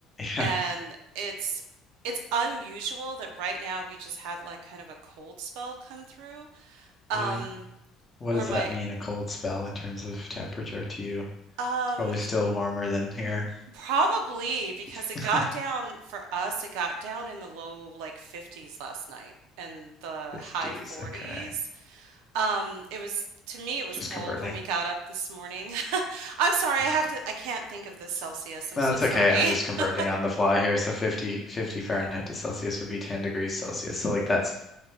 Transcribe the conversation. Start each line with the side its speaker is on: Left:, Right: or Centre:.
Left: Yeah.
Right: And it's it's unusual that right now we just had like kind of a cold spell come through. Um,
Left: Yeah. What
Right: where
Left: does
Right: my
Left: that mean, a cold spell in terms of temperature to you? It's
Right: um
Left: probably still warmer than here.
Right: probably because
Left: <laughs>
Right: it got down for us, it got down in the low like 50s last night and the
Left: 50s.
Right: high 40s.
Left: Okay.
Right: Um, it was to me it was
Left: Just
Right: cold
Left: converting.
Right: when we got up this morning. <laughs> I'm sorry,
Left: Okay.
Right: I have to I can't think of the Celsius. I'm
Left: No,
Right: so
Left: That's
Right: sorry.
Left: okay. I'm just converting
Right: <laughs>
Left: on the fly here. So fifty, 50 Fahrenheit
Right: Um,
Left: to Celsius would be 10 degrees Celsius. So like that's